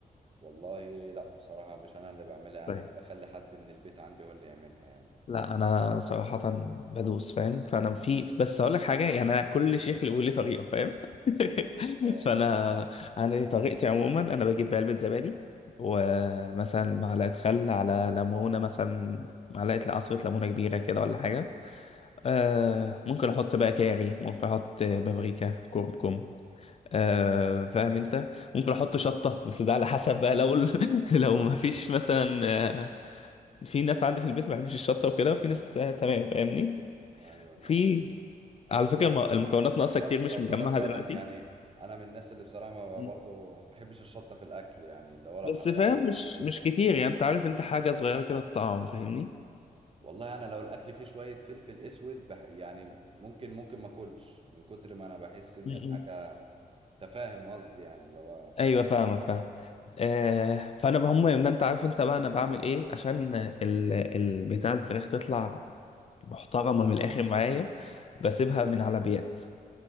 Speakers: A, on the right; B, on the left.
A: والله لا بصراحة مش أنا اللي بعملها يعني
B: طيب.
A: أنا بخلي حد من البيت عندي هو اللي يعملها يعني
B: لا انا صراحه بدوس فاهم فانا في بس اقول لك حاجه يعني انا كل شيخ له لي طريقه فاهم <laughs>
A: اه
B: فانا انا لي طريقتي عموما انا بجيب علبه زبادي ومثلا معلقه خل على ليمونه مثلا معلقه عصره ليمونه كبيره كده ولا حاجه أه ممكن احط بقى كاري ممكن احط بابريكا كركم آه فاهم انت ممكن احط شطه بس ده على حسب بقى لو ال- <laughs> لو ما فيش مثلا آه في ناس عندي في البيت ما بيحبش الشطه وكده في ناس آه تمام فاهمني
A: أيوة دي
B: في
A: حقيقة
B: على فكره
A: وح-
B: الم- المكونات
A: وحوار
B: ناقصه كتير
A: الشطة
B: مش مجمعها
A: ده فعلا
B: دلوقتي
A: يعني أنا من الناس اللي بصراحة ما
B: م-
A: برضو ما بحبش الشطة في الأكل يعني اللي هو لو
B: بس
A: حد
B: فاهم
A: عمل
B: مش
A: أكل فيه
B: مش
A: شطة
B: كتير يعني انت عارف انت حاجه صغيره كده الطعم فاهمني
A: والله أنا لو الأكل فيه شوية فلفل أسود بح يعني ممكن ممكن ما أكلش من كتر ما أنا بحس إن
B: م-
A: الحاجة تفاهم قصدي يعني اللي هو
B: ايوه فاهمك فاهم آه فانا بهم ان انت عارف انت بقى انا بعمل ايه عشان ال ال- بتاع الفراخ تطلع محترمه من الاخر معايا بسيبها من على بيات